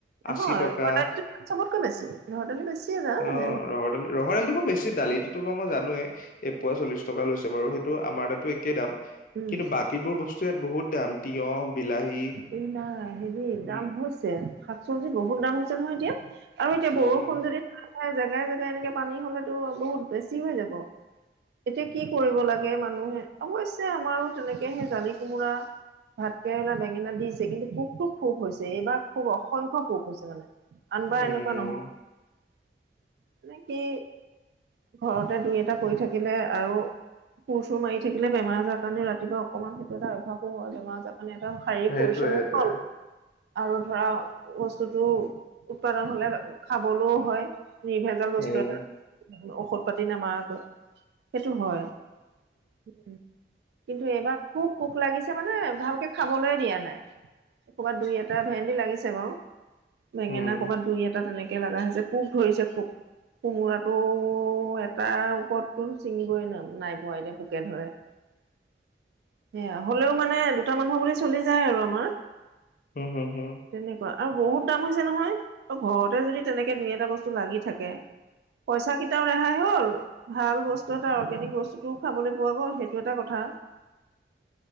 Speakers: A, on the right (about 70°); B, on the left (about 50°).
A: নহয়
B: আশী টকা
A: ৰহৰ দাইলটো চবতকৈ বেছি, ৰহৰ দাইলটো বেছিয়ে দাম
B: আহ
A: হেৰি
B: ৰহৰ দালি ৰহৰ দালিটো মই বেছি দালিটো টো মইানোৱেই এই পুৱা চল্লিশ টকা লৈছে বাৰু সেইটো আমাৰ দাতো একেই দাম
A: উম,
B: কিন্তু বাকীবোৰ বস্তু ইয়াত বহুত দাম তিয়হ বিলাহী
A: এই নাই হেৰি দাম
B: উ
A: হৈছে, শাক চব্জি বহুত দাম হৈছে নহয় এতিয়া আৰু এতিয়া
B: উম
A: বৰষুণ যদি জেগাই জেগাই এনেকে পানী হলেতো বহুত বেছি হৈ যাব এতিয়া কি কৰিব লাগে মানুহে অৱশ্যে আমাৰো তেনেকে সেই জালি কোমোৰা ভাত কেৰেলা বেঙেনা দিছে কিন্তু পোকটো খুব হৈছে, এইবাৰ খুব অসংখ্য পোক হৈছে মানে। অনবাৰ
B: উম
A: এনেকুৱা নহয়, মানে কি ঘৰতে দুই এটা কৰি থাকিলে আৰু কুৰ চুৰ মাৰি থাকিলে বেমাৰ আজাৰ কাৰণে ৰাতিপুৱা অকণমান সেইটো এটা অভ্যাসো হয় বেমাৰ মানে এটা শাৰী
B: সেইটোৱে
A: পৰিশ্ৰমো
B: সেইটোৱে
A: হল। আৰু ধৰা বস্তুটো উৎপাদন হলে খাবলৈও হয়। নিৰ্ভেজাল বস্তু
B: উম
A: এটা ঔষধ পাতি নামাৰাকৈ। সেইটো হয় উম, কিন্তু এইবাৰ খুব পোক লাগিছে মানে ভাল খাবলৈয় দিয়া নাই কৰবাত দুই এটা ভেন্দি লাগিছে বাৰু বেঙেনা
B: উম
A: কৰ'বাত দুই এটা তেনেকে লগা হৈছে পোক ধৰিছে পোক কোমোৰাটো এটাৰ ওপৰততো ছিঙিবই ন নাই পোৱা এতিয়া পোকে ধৰে সেয়া হ'লেও মানে দুটা মানুহ বুলি চলি যায় আৰু আমাৰ
B: হম হম হম
A: তেনেকুৱা আৰু বহুত দাম হৈছে নহয় ঘৰতে যদি তেনেকে দুই এটা বস্তু লাগি থাকে পইচা কেইটাও ৰেহাই হ'ল ভাল বস্তু এটা অৰ্গেনিক বস্তুটোও খাবলৈ পোৱা গ'ল সেইটো এটা কথা <inaudible>